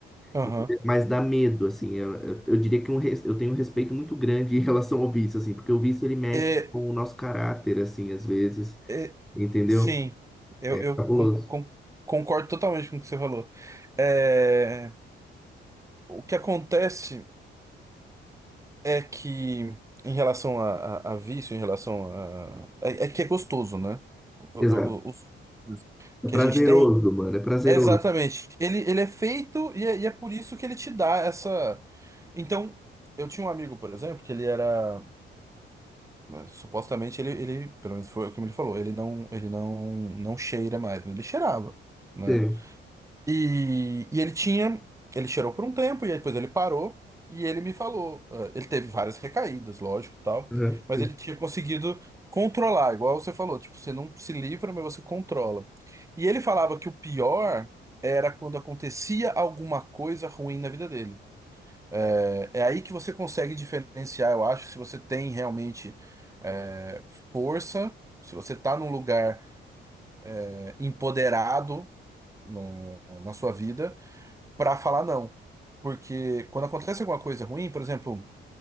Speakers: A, on the right; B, in the centre.
A: aham.
B: Entendeu? Mas dá medo, assim, eu, eu, eu diria que um res- eu tenho um respeito muito grande em relação ao vício, assim, porque o vício ele mexe
A: É,
B: com o nosso caráter, assim, às vezes,
A: é,
B: entendeu?
A: sim, eu,
B: É
A: eu
B: cabuloso.
A: con- con- concordo totalmente com o que você falou. É, o que acontece é que, em relação a, a- a vício, em relação a. É, é que é gostoso, né? O-
B: Exato.
A: o- Os vícios
B: É
A: que
B: prazeroso,
A: a gente tem.
B: mano. É prazeroso.
A: Exatamente. Ele, ele é feito e é, e é por isso que ele te dá essa. Então, eu tinha um amigo, por exemplo, que ele era. Supostamente ele, ele, pelo menos foi o que ele falou, ele não, ele não, não cheira mais, mas ele cheirava. né?
B: Sim.
A: E, e ele tinha, ele cheirou por um tempo, e aí depois ele parou, e ele me falou. eh, Ele teve várias recaídas, lógico, tal,
B: Uhum,
A: mas
B: sim.
A: ele tinha conseguido controlar, igual você falou, tipo, você não se livra, mas você controla. E ele falava que o pior era quando acontecia alguma coisa ruim na vida dele. É, é aí que você consegue diferenciar, eu acho, se você tem realmente eh, força, se você tá num lugar eh, empoderado no- na sua vida para falar não. Porque quando acontece alguma coisa ruim, por exemplo,